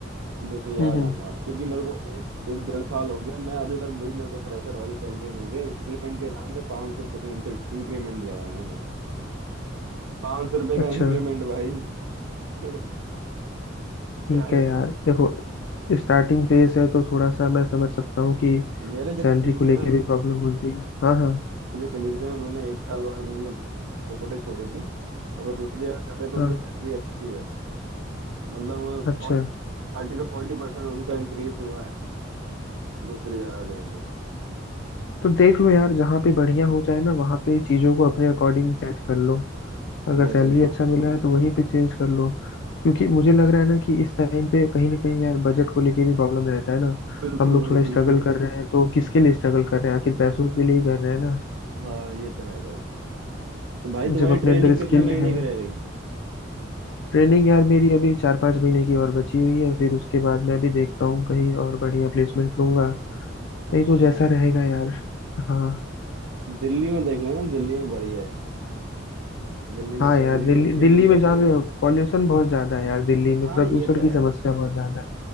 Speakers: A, on the right; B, on the left.
A: दूसरी जगह
B: हम्म
A: जाऊंगा
B: हम्म
A: क्योंकि मेरे को एक एक डेढ़ साल हो गया मैं अभी तक वही मेरे को फ्रेशर वाली सैलरी मिल रही है इंक्रीमेंट के नाम पे पाँच सौ रुपए का इंक्रीमेंट दिया था इन्होंने पाँच सौ रुपए
B: अच्छा
A: का इंक्रीमेंट भाई <laughs>
B: ठीक
A: क्या यार
B: है यार देखो स्टार्टिंग फेज है तो थोड़ा सा मैं समझ सकता हूँ कि
A: मेरे जो
B: सैलरी
A: कलीग्स
B: को
A: हैं
B: लेके
A: ना
B: भी प्रॉब्लम होती है
A: मेरे
B: हाँ हाँ
A: जो कलीग्स हैं उन्होंने एक साल बाद मतलब पोपटे छोड़ी थी अब वो दूसरी जगह कर रहे हैं तो
B: हाँ
A: उनकी सैलरी अच्छी है मतलब
B: अच्छा
A: थर्टी टू फोर्टी परसेंट उनका इंक्रीज हुआ है दूसरी जगह गए तो
B: तो देख लो यार जहाँ पे बढ़िया हो जाए ना वहाँ पे चीज़ों को अपने अकॉर्डिंग सेट कर लो अगर
A: वही
B: सैलरी
A: तो
B: अच्छा मिल रहा है तो वहीं पे चेंज कर लो क्योंकि मुझे लग रहा है ना कि इस टाइम पे कहीं ना कहीं यार बजट को लेके भी प्रॉब्लम रहता है ना
A: बिल्कुल
B: हम लोग
A: भाई
B: थोड़ा स्ट्रगल
A: बिल्कुल
B: कर रहे हैं तो किसके लिए स्ट्रगल कर रहे हैं आखिर पैसों के लिए ही कर रहे हैं ना
A: हाँ ये तो है भाई तो भाई तुम्हारी
B: जब अपने
A: ट्रेनिंग
B: अंदर
A: कितने
B: स्किल
A: महीने
B: है
A: की रह गई
B: ट्रेनिंग यार मेरी अभी चार पाँच महीने की और बची हुई है फिर उसके बाद मैं भी देखता हूँ कहीं और बढ़िया प्लेसमेंट लूंगा
A: अच्छा
B: नहीं तो जैसा रहेगा यार हाँ
A: दिल्ली में देख लेना दिल्ली में बढ़िया है दिल्ली
B: हाँ
A: में सैलरी
B: यार दिल्ली
A: भी अच्छी
B: दिल्ली
A: मिल जाती
B: में जान
A: है
B: रहे हो पॉल्यूशन बहुत ज्यादा है यार दिल्ली में
A: हाँ
B: प्रदूषण
A: ये तो
B: की समस्या
A: है
B: बहुत ज्यादा है